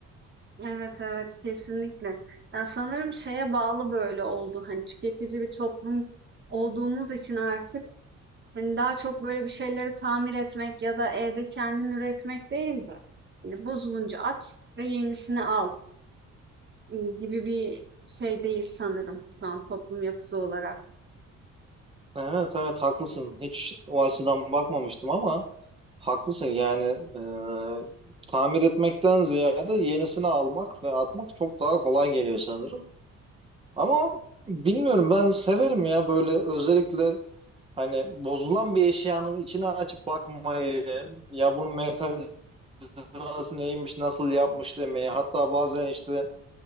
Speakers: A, on the right (about 35°); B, on the right (about 20°).
A: Evet evet kesinlikle. Ya sanırım şeye bağlı böyle oldu hani tüketici bir toplum olduğumuz için artık Hani daha çok böyle bir şeyleri tamir etmek ya da evde kendin üretmek değil de hani bozulunca at ve yenisini al ıı, gibi bir şey değil sanırım şu an toplum yapısı olarak.
B: Evet evet haklısın. Hiç o açıdan bakmamıştım ama haklısın. Yani e, tamir etmekten ziyade yenisini almak ve atmak çok daha kolay geliyor sanırım. Ama bilmiyorum ben severim ya böyle özellikle hani bozulan bir eşyanın içine açıp bakmayı ya bunun mekanizması hatası neymiş, nasıl yapmış demeyi. Hatta bazen işte